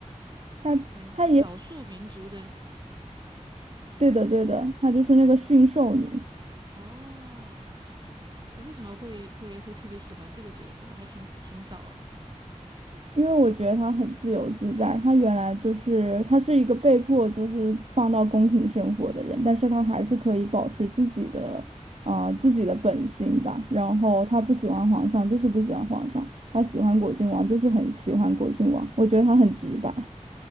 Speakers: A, on the right; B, on the right.
A: 她她她也
B: 演少数民族的
A: 对的对的，她就是那个驯兽女。
B: 哦，哎为什么会会会特别喜欢这个角色？还挺挺少，
A: 因为我觉得他很自由自在，他原来就是他是一个被迫就是放到宫廷生活的人，但是他还是可以保持自己的啊、呃自己的本心吧。然后他不喜欢皇上，就是不喜欢皇上；他喜欢果郡王，就是很喜欢果郡王。我觉得他很直白。